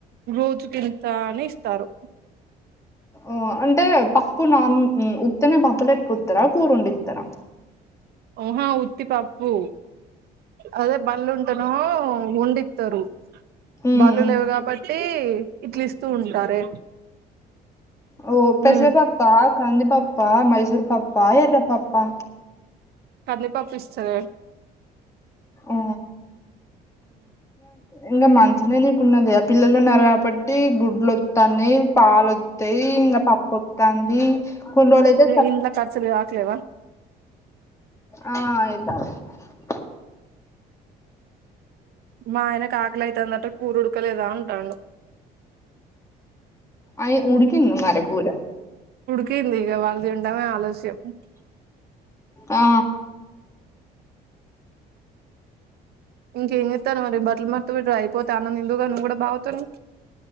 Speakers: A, on the right (about 70°); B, on the left (about 15°).
A: రోజుకింత అని ఇస్తారు
B: ఓ అంటే పప్పు నాన్ ఉత్తనే పప్పులెక్క వుత్తారా కూరొండి ఇత్తారా.
A: ఓహో ఉత్తి పప్పు అదే బళ్ళు ఉంటానో వండి ఇత్తారు
B: ఉమ్
A: బళ్లు లేవు కాబట్టి ఇట్లిస్తూ ఉంటారే.
B: ఓ పెసర
A: ఉమ్.
B: పప్పా కంది పప్ ప్పా మైసూర్ పప్పా ఎర్ర పప్పా
A: కందిపప్పు ఇస్తారు
B: ఉ ఇంకా మంచి నీళ్ళు నీకున్నది ఆ పిల్లలు ఉన్నారు కాబ బట్టి గుడ్లు వత్తాన్నాయ్ పాలోత్తయ్ ఇంకా పప్పువొత్తానంది కులోడు అయితే
A: ఇల ఖర్చలు కావట్లేవా
B: ఆ ఇద్దామ్ లే
A: మా ఆయనకు ఆకలైతాందఅట కూర్ ఉడకలేదా అంటాంఅండు
B: అయి ఉడికింద మరి కూర
A: కింది ఇగ వాళ్ తిండమే ఆలస్యం మ్
B: ఆ
A: ఇంకేం చెస్తారు మరి బట్టలు మడ్త బేడ్తే అయిపోతే అన్నం తిందుగాని నువ్వు కూడా బావా తోనే